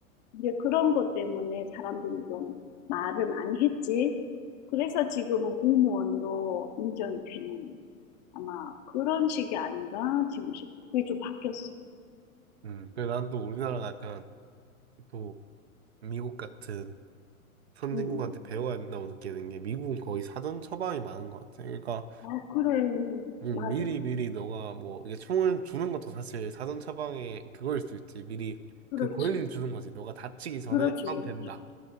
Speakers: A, on the left; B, on the right.
A: 이데 그런 것 때문에 사람들이 좀 말을 많이 했지. 그래서 지금은 공무원으로 인정이 되는 아마 그런 식이 아닌가 지금 싶어. 그게 좀 바뀌었어.
B: 음, 그래, 난또 우리나라가 약간 또 미국 같은 선진국한테
A: 음.
B: 배워야 된다고 느끼는 게 미국은 거의 사전 처방이 많은 것 같아. 그러니까
A: 아, 그래.
B: 음,
A: 맞아.
B: 미리 미리 너가 뭐 이게 총을 주는 것도 사실 사전 처방의 그거일 수 있지. 미리
A: 그렇지.
B: 그 권리를 주는 거지. 너가 다치기 전에
A: 그렇지,
B: 사도
A: 그렇지.
B: 된다.